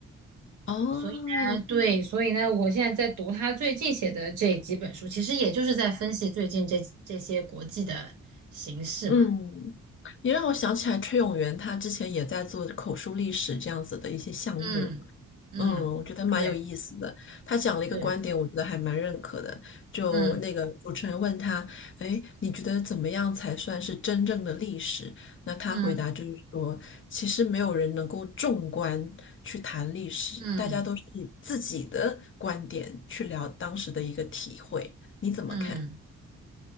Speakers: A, on the left (about 45°); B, on the right (about 80°).
A: 哦，
B: 所以呢，对，所以呢，我现在在读他最近写的这几本书，其实也就是在分析最近这这些国际的形势嘛。
A: 嗯，你让我想起来崔永元他之前也在做口述历史这样子的一些项目。
B: 嗯嗯，
A: 嗯，我觉得蛮有意思的。
B: 对
A: 他讲了一个观点，
B: 对，
A: 我觉得还蛮认可的。就那个主持人问他：
B: 嗯
A: “哎，你觉得怎么样才算是真正的历史？”那他回答就是说：
B: 嗯。
A: “其实没有人能够纵观去谈历史，
B: 嗯
A: 大家都是以自己的观点去聊当时的一个体会。你怎么看？”
B: 嗯，